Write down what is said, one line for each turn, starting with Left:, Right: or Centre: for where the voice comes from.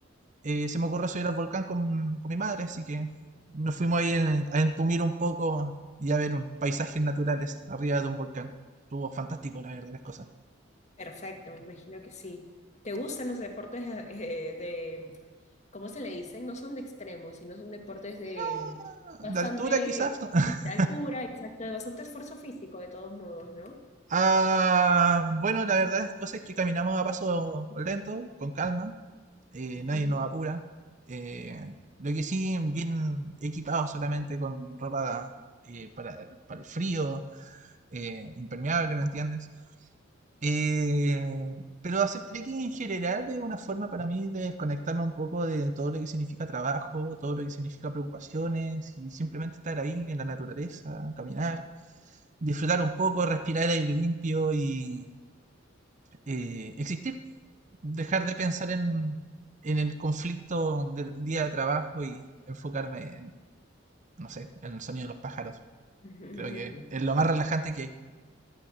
Right: eh, se me ocurrió subir al volcán con, con mi madre, así que nos fuimos ahí en- a entumir un poco y a ver paisajes naturales arriba de un volcán. Estuvo fantástico,
Left: Ah,
Right: la
Left: pues.
Right: verdad, las cosas.
Left: Perfecto, me imagino que sí. ¿Te gustan los deportes eh, de, ¿cómo se le dicen? No son de extremos, sino son deportes
Right: No,
Left: de bastante
Right: de altura quizás. <laughs>
Left: este, altura, exacto, de bastante esfuerzo físico, de todos modos, ¿no?
Right: Ah, bueno, la verdad es cosas que caminamos a paso lento, con calma, eh,
Left: Ujú.
Right: nadie nos apura. Eh, lo que sí, bien equipados solamente con ropa eh, para, para el frío, eh, impermeable, ¿me entiendes? Eh, pero hacer trekking en general es una forma para mí de desconectarme un poco de todo lo que significa trabajo, todo lo que significa preocupaciones y simplemente estar ahí en la naturaleza, caminar, disfrutar un poco, respirar aire limpio y eh, existir. Dejar de pensar en, en el conflicto del día de trabajo y enfocarme en, no sé, en el sonido de los pájaros.
Left: <laughs>
Right: Creo que es lo más relajante que hay.